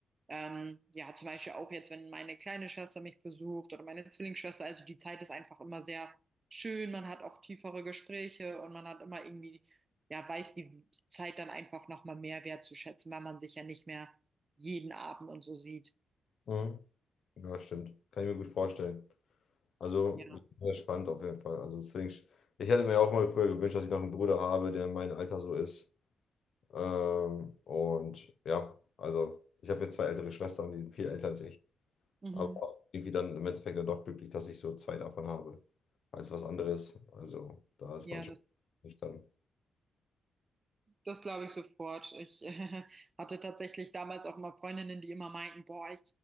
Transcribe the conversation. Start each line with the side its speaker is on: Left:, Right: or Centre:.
Right: ähm, ja, zum Beispiel auch jetzt, wenn meine kleine Schwester mich besucht oder meine Zwillingsschwester, also die Zeit ist einfach immer sehr schön. Man hat auch tiefere Gespräche und man hat immer irgendwie, ja, weiß die Zeit dann einfach nochmal mehr wertzuschätzen, weil man sich ja nicht mehr jeden Abend und so sieht.
Left: Mhm. Ja, stimmt. Kann ich mir gut vorstellen. Also,
Right: Ja.
Left: sehr spannend auf jeden Fall. Also, Zwillings ich hätte mir auch mal früher gewünscht, dass ich noch einen Bruder habe, der in meinem Alter so ist. Ähm, und ja, also, ich habe jetzt zwei ältere Schwestern, die sind viel älter als ich.
Right: Mhm.
Left: Aber irgendwie dann im Endeffekt dann doch glücklich, dass ich so zwei davon habe, als was anderes. Also da ist
Right: Ja,
Left: man schon
Right: das,
Left: nicht dann.
Right: das glaube ich sofort. Ich <laughs> äh, hatte tatsächlich damals auch immer Freundinnen, die immer meinten, boah, ich